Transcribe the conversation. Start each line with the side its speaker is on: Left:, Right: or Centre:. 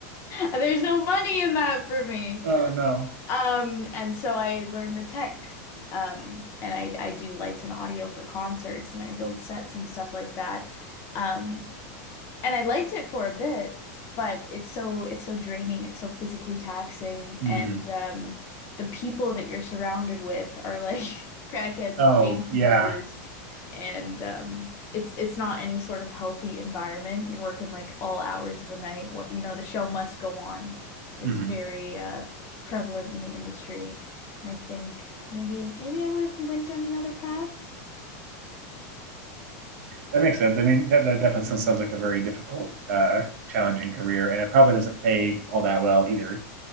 Left: there's no money in that for me.
Right: Oh no.
Left: Um and so I learned the tech um and I I do lights and audio for concerts and I build sets and stuff like that. Um and I liked it for a bit, but it's so it's so draining, it's so physically taxing,
Right: hmm
Left: and um, the people that you're surrounded with are like <laughs> crackheads
Right: Oh
Left: and chain smokers,
Right: yeah.
Left: and um, it's it's not any sort of healthy environment. You're working like all hours of the night. What you know, the show must go on is
Right: hmm
Left: very uh, prevalent in the industry, and I think maybe maybe I would have went down another path,
Right: That makes sense. I mean, that, that definitely sounds like a very difficult, uh, challenging career, and it probably doesn't pay all that well either.